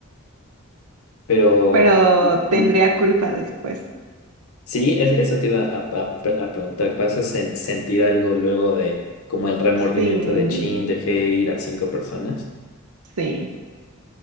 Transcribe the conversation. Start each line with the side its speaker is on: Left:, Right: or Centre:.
Left: Pero
Right: pero tendría
Left: mm,
Right: culpa después.
Left: sí, es- eso te iba a, a- a preguntar. ¿Vas a sen- sentir algo luego de como el remordimiento
Right: Sí,
Left: de chin, dejé ir a cinco personas?
Right: sí.